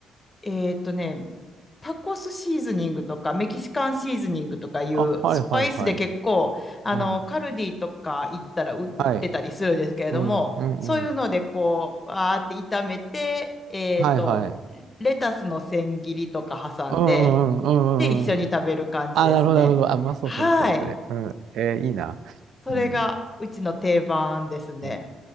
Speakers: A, on the left; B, on the right.
A: えーっとね、タコスシーズニングとかメキシカンシーズニングとかいうスパイスで結構あのカルディとか行ったら売ってたりするんですけれどもそういうのでこうわーって炒めて、
B: あ、はいはいはい。うん、はい。うん、うん、うん。
A: えーっと
B: はいはい。
A: レタスの千切りとか挟んで
B: うんうんうんうんうんうん。
A: で一緒に食べる感じですね。
B: あ、なるほど、なるほど。あ、まあそう、
A: はい。
B: それ、それ、それ。うん。えーいいな。
A: それがうちの定番ですね。
B: うん。なる